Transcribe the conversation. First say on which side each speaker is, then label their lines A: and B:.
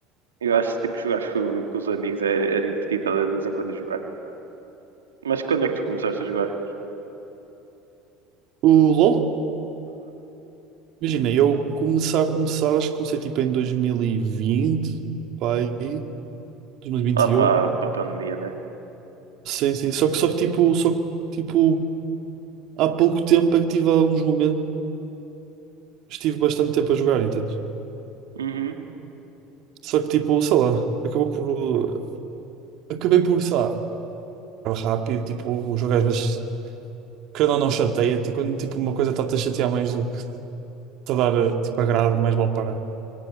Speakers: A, on the right (about 85°); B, on the right (about 55°).
A: Eu acho que tipo, jogar com, com os amigos é, é divertido de vez em quando jogar. Mas quando é que tu começaste a jogar?
B: O LOL, imagina, eu começar, começar, acho que comecei tipo em 2020, pá, aí. 2021.
A: lá para a pandemia, né?
B: Sim, sim. Só que, só que tipo, só que, tipo, há pouco tempo é que tive alguns momentos, estive bastante tempo a jogar, entendes?
A: Uhum.
B: Só que tipo, sei lá, acabou por. Acabei por, sei lá, jogar rápido, tipo, o jogo às vezes querendo ou não chateia-te e quando tipo uma coisa está-te a chatear mais do que te a dar eh, tipo agrado, mais vale parar.